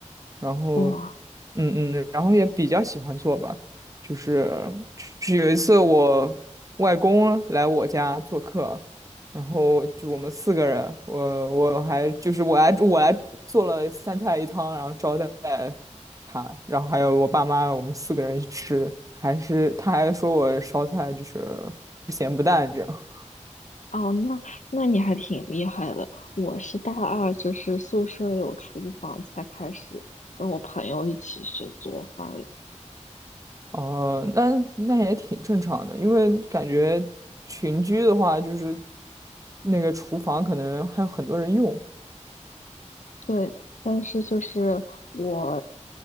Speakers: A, on the right; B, on the left.
A: 然后，
B: 哇，
A: 嗯嗯，然后也比较喜欢做吧，就是就是有一次我外公来我家做客，然后就我们四个人，我我还就是我来我来做了三菜一汤，然后招待他，然后还有我爸妈，我们四个人一起吃，还是他还说我烧菜就是不咸不淡这样。
B: 哦，那那你还挺厉害的。我是大二，就是宿舍有厨房才开始跟我朋友一起学做饭。
A: 哦，那那也挺正常的，因为感觉群居的话，就是那个厨房可能还有很多人用
B: 对，但是就是我